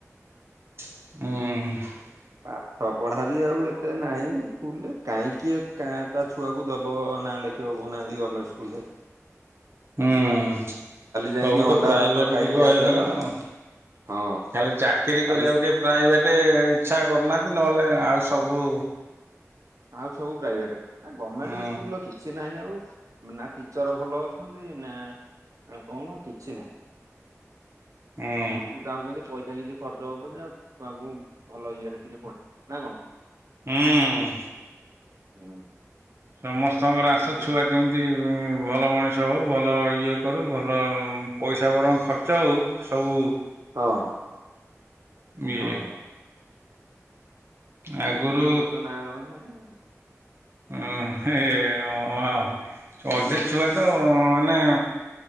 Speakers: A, on the right (about 50°); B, on the right (about 80°).
A: ହୁଁ।
B: ପାଠ ପଢ଼ା ବି ଆଉ ଏତେ ନାହିଁ ସ୍କୁଲରେ କାହିଁକି ତା ଛୁଆକୁ ଦବ ନାଲେ ଲେଖେଇବ କହୁନାହାନ୍ତି ଗମେଣ୍ଟେ ସ୍କୁଲ ରେ।
A: ହୁଁ
B: ଯାଇକି
A: ସବୁ
B: ଅଣ୍ଡା
A: ତ ପ୍ରାଇଭେଟ୍
B: ଭାତ ଖାଇକି
A: ଯୁଗ
B: ଆସିବା
A: ହେଇଗଲା
B: ଛଡା
A: ଆଉ।
B: ହଁ
A: ଖାଲି ଚାକିରୀ
B: ଖାଲି
A: କରିବାକୁ କିଏ ପ୍ରାଇଭେଟ୍ ଇଚ୍ଛା କରୁନାହାନ୍ତି ନହେଲେ ଆଉ ସବୁ
B: ଆଉ ସବୁ ପ୍ରାଇଭେଟ୍ ଆ ଗମେଣ୍ଟେ
A: ହୁଁ
B: ସ୍କୁଲ୍ ର କିଛି ନାହିଁ ଆଉ ନା ଟିଚର ଭଲ ଅଛନ୍ତି ନା କଣ କିଛି ନାହିଁ।
A: ହୁଁ
B: ସମସ୍ତେ ଚାହୁଁଛନ୍ତି ପଇସା କିଛି ଖର୍ଚ୍ଚ ହୋଉ ପଛେ ଆଉ ଛଆଙ୍କୁ ଭଲ ଇଏ ରେ ଟିକେ ପଢ଼େ ନା କଣ?
A: ହୁଁ।
B: <unintelligible>
A: ସମସ୍ତଙ୍କର
B: ଗଭର୍ଣ୍ଣମେଣ୍ଟ
A: ଆଶା
B: ସ୍କୁଲ
A: ଛୁଆ
B: ହଁ।
A: କେମିତି ଭଲ ମଣିଷ ହଉ ଭଲ ଇଏ କରୁ ଭଲ ପଇସା ବରଂ ଖର୍ଚ୍ଚ ଆଉ ସବୁ
B: ହଁ।
A: ଇଏ
B: ହଁ।
A: ଆଗୁରୁ
B: ସ୍କୁଲର ତ ନାଁ ଗନ୍ଧ ନାହିଁ ଆଉ।
A: ହଁ ଏ ଆ ଆ ହଁ ସେ ଛୁଆ ତ ମାନେ